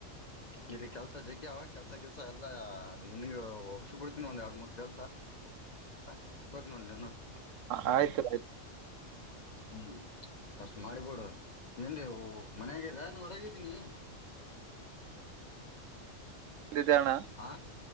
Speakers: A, on the left; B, on the right.
A: ಇಲ್ಲಿ ಕೆಲ್ಸ ಜಗ್ಯ ಅವ ಕೆಲ್ಸ ಕೆಲ್ಸ ಎಲ್ಲಾ ನಿನ್ಗ ಹೊಸ್ ಬಿಡ್ತೀನಿ ಒಂದ್ ಎರಡ್ ಮೂರ್ ಕೆಲ್ಸ ಹ ಪ್ರಕ್ ನ <inaudible>
B: ಹ ಆಯ್ತು ಆಯ್ತು
A: ಹ್ಮ್ ಅಷ್ಟ್ ಮಾಡಿಬೋಡು ಇದೇನ್ ಮನ್ಯಾಗ ಇದ ನೀ ಹೊರಗಿದ್ದೀನಿ
B: ಎಲ್ಲಿದಿ, ಅಣ್ಣ
A: ಹಾ